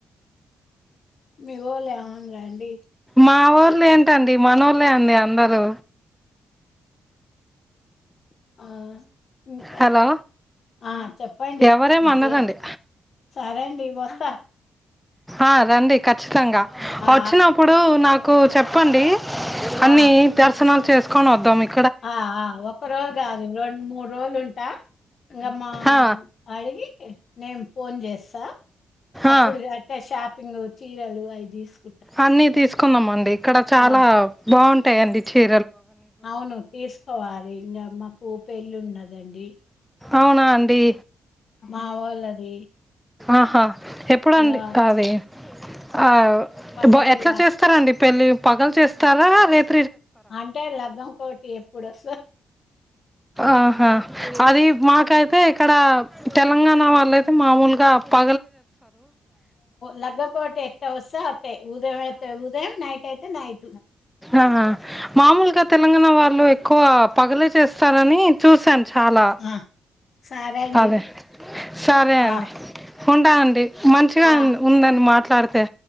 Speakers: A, on the left (about 60°); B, in the centre.
A: మీగో లేమన రండి.
B: మా ఊళ్ళ ఏంటండి మన ఊళ్లే అడి అందరూ
A: ఆ ఇంకా
B: హలో
A: ఆ చెప్పండి.
B: ఎవరేమనరండి
A: ఇంకే సరే అండి వస్తా.
B: ఆ రండి ఖచ్చితంగా
A: ఆ
B: వచ్చినప్పుడు నాకు కు చెప్పండి అన్ని
A: ఆ
B: తెర్సనలు చేసుకొని వద్దాంకు
A: ఆ ఒక రోజు కాదు, రెండు మూడు రోజులు ఉంటా ఇంకామ్ మా
B: ఆ
A: అడిగి నేం ఫోన్ చేస్తా అప్పుడు
B: ఆ
A: అట్టే షాపింగ్ అవు చీరలు ఐదుసు
B: అన్నీ తీసుకు కుందంమండి. ఇక్కడ చాలా
A: ఆ!
B: బాగుంటు ఉండి చే
A: అవును తీసుకోవాలి. ఇంకా మాకు పెళ్ళి ఉన్నదండి.
B: అవునా అండి
A: మా అవునా? వోళ్ళది.
B: ఆహా ఎప్పుడుండి.
A: ఇంగా
B: అది ఆ
A: పండగెళ్ళాక.
B: ఎట్లా చేస్తారంండి పెళ్ళి పగలు చేస్తారా రేపు
A: అంటే లగ్ంకోటి ఎప్పుడుస
B: ఆహా అది మాకైతే ఇక్కడ తెలంగాణ వాళ్ళ అయితే మామూలుగా ప
A: ల్గకోట ఎట్ట వర్స అతే ఉదయం అయితే ఉదయం నైట్ అయితే, నైట్
B: ఆా మామూలుగా తెలంగాణ వాళ్ళు ఎక్కువ పగలే చేస్తనని చూసాను. చాలా
A: ఆ! సరే అండి.
B: అదే సరే
A: ఆ!
B: అండి ఉంటా అండి మంచిగా
A: ఆ!
B: ఉందని మాట కతే